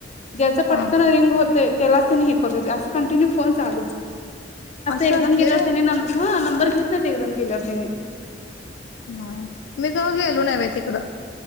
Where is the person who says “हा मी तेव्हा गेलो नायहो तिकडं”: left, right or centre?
Left